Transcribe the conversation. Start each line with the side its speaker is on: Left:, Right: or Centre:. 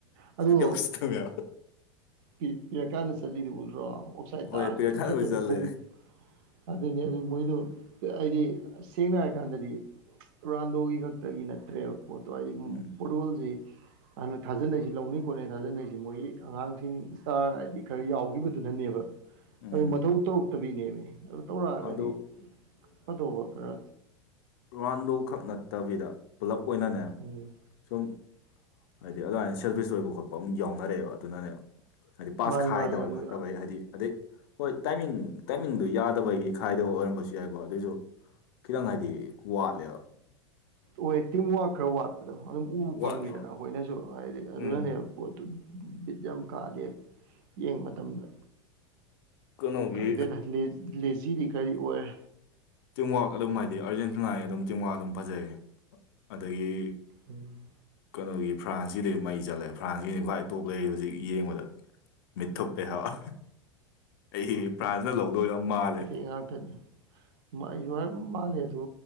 Right: ꯑꯗꯨꯗ
Left: ꯌꯧꯁꯤꯠꯇꯕ
Right: ꯀꯤꯔꯀꯥꯅ ꯆꯜꯂꯤꯗꯨ ꯎꯜꯔꯣ ꯑꯣꯁ ꯉꯥꯏ
Left: ꯍꯣꯏ
Right: ꯇꯥꯔꯁꯨ
Left: ꯄꯤꯔꯛꯀꯥꯟꯗ
Right: ꯇꯨꯠ ꯈꯛꯇꯅꯤ
Left: ꯑꯣꯏ ꯆꯜꯂꯦ
Right: ꯈꯣꯡ ꯑꯗꯨꯅꯤ ꯑꯗꯨ ꯃꯣꯏꯗꯣ ꯑꯩꯗꯤ ꯁꯦꯡꯅ ꯍꯥꯏꯔꯀꯥꯟꯗꯗꯤ ꯔꯥꯟꯗꯣꯒꯤ ꯈꯛꯇꯒꯤ ꯅꯠꯇ꯭ꯔꯦꯕ ꯄꯣꯠꯇꯣ ꯍꯥꯏꯗꯤ
Left: ꯎꯝ
Right: ꯐꯣꯔꯠꯒꯣꯜꯁꯤ ꯑꯗꯨꯅ ꯊꯥꯖꯅꯩꯁꯤ ꯂꯧꯅꯤꯩ ꯈꯣꯠꯅꯩ ꯊꯥꯖꯅꯔꯤꯁꯤ ꯃꯣꯏꯒꯤ ꯑꯉꯥꯡꯁꯤꯡ ꯏꯁꯇꯥꯔ ꯍꯥꯏꯗꯤ ꯈꯔ ꯌꯥꯎꯒꯤꯈꯤꯕꯗꯨꯅꯅꯦꯕ
Left: ꯎꯝ
Right: ꯑꯗꯨ ꯃꯊꯧ ꯇꯧꯔꯛꯇꯕꯤꯅꯦꯃꯤ ꯑꯗꯨ ꯇꯧꯔꯛꯑꯒꯗꯤ
Left: ꯑꯗꯨ
Right: ꯐꯗꯧꯕ ꯈꯔ
Left: ꯔꯨꯔꯥꯟꯗꯣ ꯈꯛ ꯅꯠꯇꯕꯤꯗ ꯄꯨꯜꯂꯞ ꯑꯣꯏꯅꯅꯦ
Right: ꯎꯝ
Left: ꯁꯝ ꯍꯥꯏꯗꯤ ꯑꯗꯨꯃꯥꯏꯅ ꯁꯦꯜꯕꯤꯁ ꯂꯣꯏꯕ ꯈꯣꯠꯄ ꯑꯃꯝ ꯌꯥꯎꯅꯔꯛꯦ ꯑꯗꯨꯅꯅꯦꯕ ꯍꯥꯏꯗꯤ ꯄꯥꯁ
Right: ꯃꯥꯅꯤ
Left: ꯈꯥꯏꯗꯕꯩ
Right: ꯃꯥꯅꯤ ꯑꯗꯨ
Left: ꯈꯣꯠꯇꯕꯩ ꯍꯥꯏꯗꯤ ꯑꯗꯩ ꯍꯣꯏ ꯇꯥꯏꯃꯤꯡ ꯇꯥꯏꯃꯤꯡꯗꯨ ꯌꯥꯗꯕꯒꯤ ꯈꯥꯏꯗꯕ ꯑꯣꯏꯔꯝꯕꯁꯨ ꯌꯥꯏꯕ ꯑꯗꯨꯁꯨ ꯈꯤꯇꯪ ꯍꯥꯏꯗꯤ ꯋꯥꯠꯂꯦꯕ
Right: ꯑꯣꯏ ꯇꯤꯝ ꯋꯥꯔꯛ ꯈꯔ ꯋꯥꯠꯄꯗꯣ ꯑꯗꯨꯝ ꯎꯕ
Left: ꯋꯥꯠꯂꯦ
Right: ꯐꯪꯉꯤꯗꯅ ꯑꯩꯈꯣꯏꯅꯁꯨ ꯍꯥꯏꯗꯤ ꯑꯗꯨꯅꯅꯦꯕ
Left: ꯎꯝ
Right: ꯄꯣꯠꯇꯨ ꯕꯤꯠ ꯌꯥꯝ ꯀꯥꯗꯦ ꯌꯦꯡꯕ ꯃꯇꯝꯗ
Left: ꯀꯩꯅꯣꯒꯤ
Right: ꯈꯪꯗꯦꯗ ꯂꯦꯂꯦꯖꯤꯗꯤ ꯀꯔꯤ ꯑꯣꯏꯔꯦ
Left: ꯇꯤꯝꯋꯥꯛ ꯑꯗꯨꯝ ꯍꯥꯏꯗꯤ ꯑꯥꯔꯖꯦꯟꯇꯤꯅꯥꯏꯒꯤ ꯑꯗꯨꯝ ꯇꯤꯝꯋ ꯑꯗꯨꯝ ꯐꯖꯩ ꯑꯗꯒꯤ
Right: ꯎꯝ
Left: ꯀꯩꯅꯣꯒꯤ ꯐ꯭ꯔꯥꯟꯁꯤꯗꯤ ꯃꯩ ꯆꯠꯂꯦ ꯐ꯭ꯔꯥꯟꯁꯒꯤꯅꯤ ꯈ꯭ꯋꯥꯏ ꯇꯣꯞ ꯂꯩꯔꯤ ꯍꯧꯖꯤꯛ ꯌꯦꯡꯕꯗ ꯃꯤꯠꯊꯨꯞꯄꯦꯍꯥꯌꯕ ꯑꯩꯗꯤ ꯐ꯭ꯔꯥꯟꯁꯤꯅ ꯂꯧꯗꯣꯏ ꯃꯥꯜꯂꯦ
Right: ꯂꯧꯗꯣꯏꯅꯤ ꯑꯩꯁꯨ ꯃꯥꯜꯂꯦ ꯑꯗꯨ